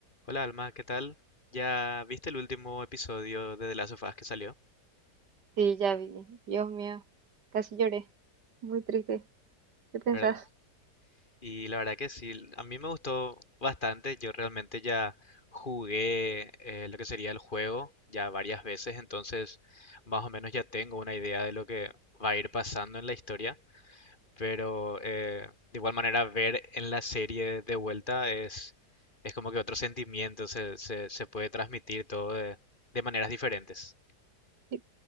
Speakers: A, on the left; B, on the right.
A: Hola Alma, ¿qué tal? Ya viste el último episodio de The Last of Us que salió,
B: Sí, ya vi. Dios mío, casi lloré. Muy triste. ¿Qué pensás?
A: ¿verdad? Y la verdad que sí, a mí me gustó bastante. Yo realmente ya jugué eh, lo que sería el juego ya varias veces, entonces más o menos ya tengo una idea de lo que va a ir pasando en la historia. Pero eh, de igual manera ver en la serie de vuelta es, es como que otro sentimiento, se, se, se puede transmitir todo de de maneras diferentes.
B: Sí.